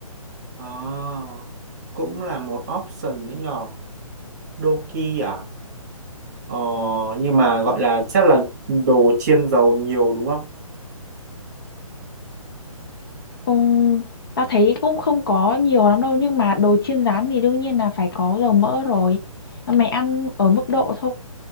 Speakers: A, on the right; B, on the left.
A: À, cũng là một option đấy nhỏ Doki à ờ, nhưng mà gọi là chắc là đồ chiên dầu nhiều đúng không
B: Ừm, tao thấy cũng không có nhiều lắm đâu nhưng mà đồ chiên rán thì đương nhiên là phải có dầu mỡ rồi. Mày ăn ở mức độ thôi